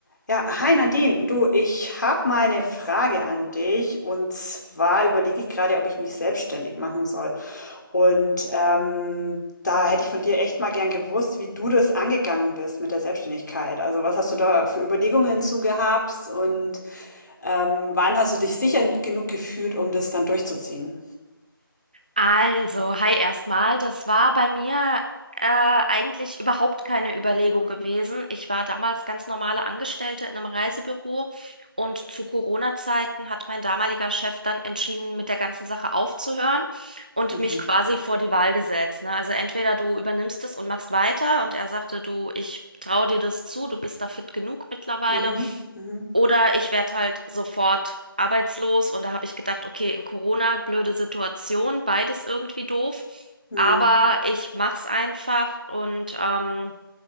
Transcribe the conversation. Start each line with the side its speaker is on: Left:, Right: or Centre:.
Left: Ja, hi Nadine, du, ich habe mal eine Frage an dich und zwar überlege ich gerade, ob ich mich selbstständig machen soll. Und ähm, da hätte ich von dir echt mal gern gewusst, wie du das angegangen bist mit der Selbstständigkeit. Also was hast du da für Überlegungen zu gehabt und ähm, wann hast du dich sicher genug gefühlt, um das dann durchzuziehen?
Right: Also, hi erstmal. Das war bei mir äh, eigentlich überhaupt keine Überlegung gewesen. Ich war damals ganz normale Angestellte in einem Reisebüro und zu Corona-Zeiten hat mein damaliger Chef dann entschieden, mit der ganzen Sache aufzuhören und
Left: Mhm.
Right: mich quasi vor die Wahl gesetzt. Ne? Also entweder du übernimmst es und machst weiter und er sagte, du, ich traue dir das zu, du bist da fit genug mittlerweile.
Left: Mhm. Mhm.
Right: Oder ich werde halt sofort arbeitslos und da habe ich gedacht, okay, in Corona, blöde Situation, beides irgendwie doof.
Left: Mhm.
Right: Aber ich mach's einfach und ähm,